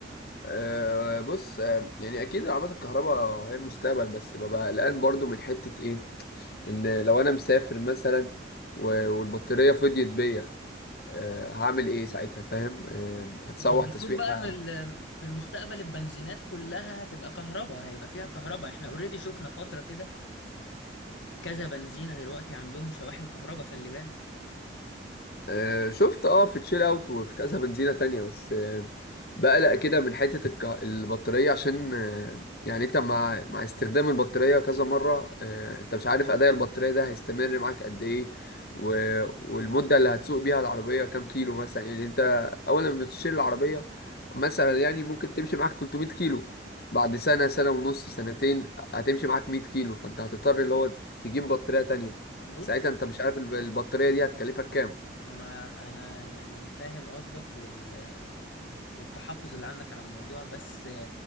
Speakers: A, on the left; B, on the left.
A: أه بص آه، يعني اكيد العربيات الكهرباء هي المستقبل بس ببقى قلقان برضو من حتة ايه ان لو انا مسافر مثلا و- والبطارية فضيت بيا أه هعمل ايه ساعتها فاهم أه هتسوح
B: ما هو المفروض
A: تسويحة
B: بقى ان ال- في المستقبل البنزينات كلها هتبقى كهرباء هيبقى فيها كهرباء احنا اوريدي شفنا فترة كده كذا بنزينة دلوقتي عندهم شواحن كهرباء خلي بالك
A: آه، شفت اه في تشيل اوت وفي كذا بنزينة تانية بس آه، بقلق كده من حتة الك... البطارية عشان آه، يعني انت مع مع استخدام البطارية كذا مرة آه، انت مش عارف اداء البطارية ده هيستمر معاك قد ايه و... والمدة اللي هتسوق بيها العربية كام كيلو مثلا يعني انت اول ما بتشيل العربية مثلا يعني ممكن تمشي معاك 300 كيلو بعد سنة سنة ونص سنتين هتمشي معاك 100 كيلو فانت هتضطر اللي هو تجيب بطارية تانية
B: بص
A: ساعتها انت مش عارف الب- البطارية دي هتكلفك كام
B: انا انا يعني فاهم قصدك وال... والتحفظ اللي عندك على الموضوع بس